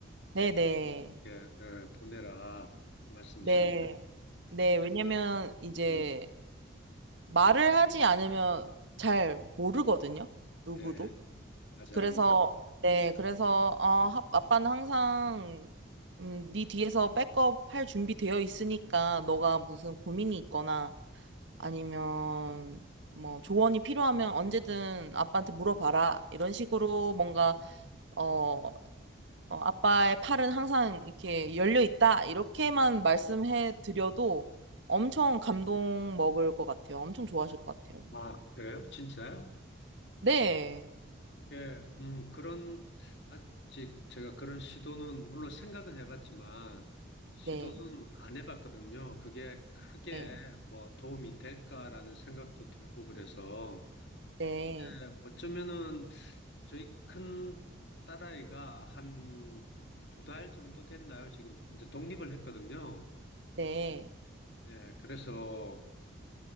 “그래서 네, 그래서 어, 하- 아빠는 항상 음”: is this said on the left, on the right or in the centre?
Right